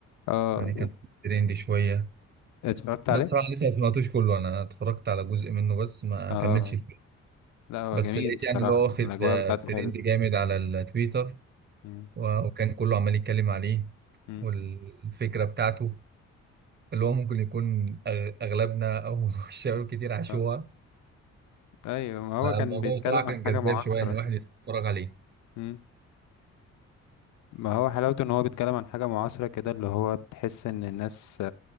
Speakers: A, on the left; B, on the right.
A: اه
B: يعني كان ترند شويه
A: اتفرجت عليه
B: ده بصراحه لسه ما سمعتوش كله انا اتفرجت على جزء منه بس ما
A: اه
B: كملش الفيلم
A: لا هو
B: بس
A: جميل
B: لقيت
A: الصراحة
B: يعني اللي هو واخد
A: الأجواء
B: آه،
A: بتاعته
B: ترند
A: حلوة
B: جامد على التويتر
A: امم
B: و- وكان كله عمال يتكلم عليه
A: امم
B: والفكرة بتاعته اللي هو ممكن يكون أغ- أغلبنا أو <laughs> الشباب كتير عاشوها
A: آه. أيوة ما هو
B: فالموضوع
A: كان بيتكلم
B: بصراحة
A: عن
B: كان جذاب
A: حاجة معاصرة
B: شوية إن الواحد يتفرج عليه
A: امم ما هو حلاوته إن هو بيتكلم عن حاجة معاصرة كده اللي هو بتحس إن الناس